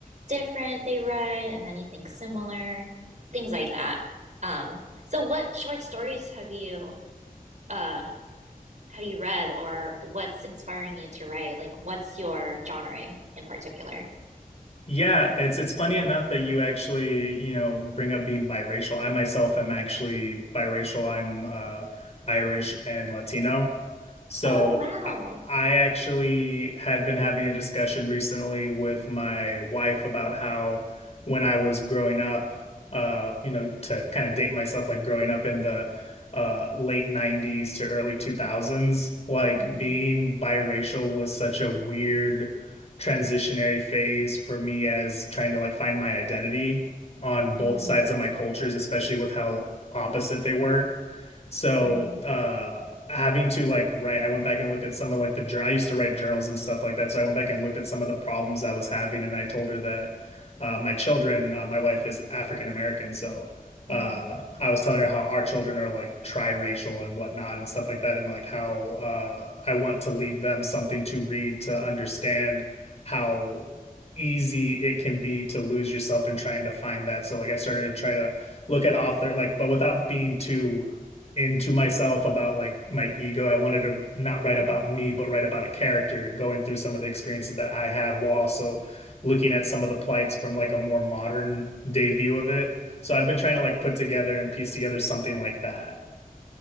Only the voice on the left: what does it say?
Yeah, it's it's funny enough that you actually, you know, bring up being biracial. I myself am actually biracial. I'm uh Irish and Latino. So
I, I actually had been having a discussion recently with my wife about how when I was growing up, uh, you know, to kind of date myself, like growing up in the uh late 90s to early 2000s, like
being biracial was such a weird transitionary phase for me as trying to like find my identity on both
sides of my cultures, especially with how opposite they were. So,
uh, having to like write, I went back and looked at some of like the, jour- I used to write journals and stuff like that. So I went back and looked at some of the problems I was having, and I told her that uh, my children, uh, my wife is African American, so uh
I was telling her how our children are like tri-racial and whatnot and stuff like that and like how uh I want to leave them something to read to understand how easy it can be to lose yourself in trying to find that. So like I started to try to look at author like but without being too into myself about like my ego. I wanted to not write about
me, but write about a character going through some of the experiences that I have while also looking at some of the plights from like a more modern day view of it. So I've been trying to like put together and piece together something like that.